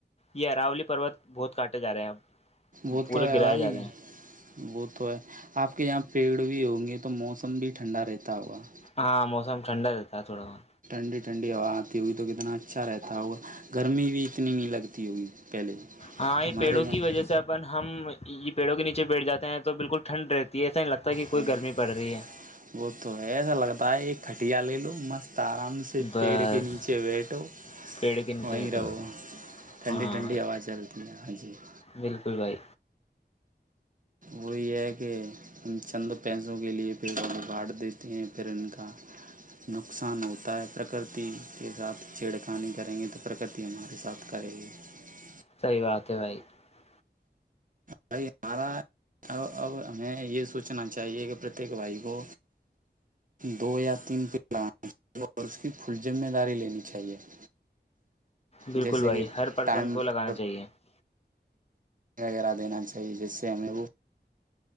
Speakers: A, on the left; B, on the right.
A: یہ اراولی پروت بہت کاٹے جا رہے ہیں اب
B: وہ
A: <unintelligible> پورے
B: تو ہے
A: گرائے
B: بھائی
A: جا رہے ہیں <unintelligible>
B: وہ تو ہے آپ کے یہاں پیڑ بھی ہوں گے تو موسم بھی ٹھنڈا رہتا ہوگا <unintelligible>
A: ہاں موسم ٹھنڈا رہتا ہے تھوڑا بہت <unintelligible>
B: ٹنڈی ٹھنڈی ہوا آتی ہوگ تو کتنا اچھا رہتا ہوگا گرمی بھی اتنی نہیں لگتی <unintelligible> پہلے
A: ہاں یہ
B: ہمارے
A: پیڑوں
B: یہاں
A: کی وجہ سے اپن ہم یہ پیڑوں کے نیچ <unintelligible> بیٹھ جے ہیں تو بالکل ٹھن رہتی ہے ایسا نہیں لگتا <inaudible>
B: ہ
A: گرمی پڑ رہی ہے
B: وہ تو ہے ایسا لگتا ہے یہ کھٹیا لے لو <inaudible> مست <inaudible> آرام سے
A: بس
B: پیڑ کے نیچے بیٹھو
A: پیڑ کے نیچے
B: وہیں
A: بیٹھو
B: رہو ٹھنڈی
A: ہاں
B: ٹھنڈی
A: بھائی
B: ہوا چلتی ہے ہاں جی <inaudible>
A: بالکل بھائی
B: وہ یہ ہے کہ ہم چند پیسوں کے لیے پیڑوںیں کاانٹ دیتے ہیں پھر ان کا نقصان ہوتا ہے پرکرتی کے ساتھ چھیڑخانی کریں گے تو پرکرتی ہمارے ساتھ کرے گی <unintelligible>
A: صحی بات ہے بھائی <unintelligible>
B: بھائی ہمارا اب ہمیں یہ سوچنا چاہیے کہ پرتیک بھائی کو دو یا تین پ لگا اور اس کی فل ذمہ داری لینی چاہیے <unintelligible>
A: بالکل
B: جیسے
A: بھائی
B: کہ
A: ہر پرسن
B: ٹائم
A: کو لگانا
B: پر
A: چاہیے <unintelligible>
B: وغیرہ دینا چاہیے جس سے ہمیں وہ <unintelligible>